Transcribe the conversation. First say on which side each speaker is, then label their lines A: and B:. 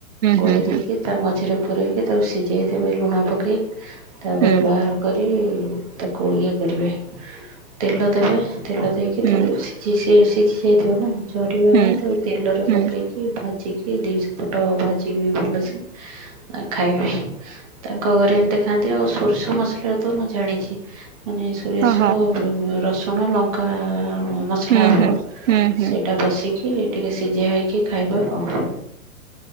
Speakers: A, on the right; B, on the right.
A: ହୁଁ
B: ଗୋଳେଇ
A: ହୁଁ
B: ଦେଇକି ତା ମଝିରେ ପୂରୋଇକି ତାକୁ ସିଝାଇ ଦେେବେ ଲୁଣ ପକେଇକ ତା
A: ହୁଁ
B: ପରେ ବାହାର କରି ତାକୁ ଇଏ କରିବେ ତେଲ ଦେବେ ତେଲ ଦେଇକି
A: ହୁଁ
B: ତାକୁ ସିଏ ସିଝି ଯାଇଥିବ ନା ଝରିବା
A: ହୁଁ
B: ପାଇଁ ତାକୁ ତେଲରେ ପକାଇଦେଇଛି।
A: ହୁଁ।
B: ଭାଜିକି ଦି ସେପଟ ଭାଜିକି ବି ଭଲସେ ଆ ଖାଇବି। ତାଙ୍କ ଘରେ ଏମିତି ଖାନ୍ତି ଆଉ ସୋରିଷ ମସଲା ତ ମୁଁ ଜାଣିଛି ମାନେ ସୋରିଷ,
A: ହଁ
B: ରସୁଣ, ଲଙ୍କା ମସ ମସଲା
A: ହଁ ହୁଁ
B: ହବ
A: ହୁଁ ହୁଁ ହୁଁ
B: ସେଇଟା ବସିଚି ଟିକେ ସିଝା ହେଇକି ଖାଇବା ଆଉ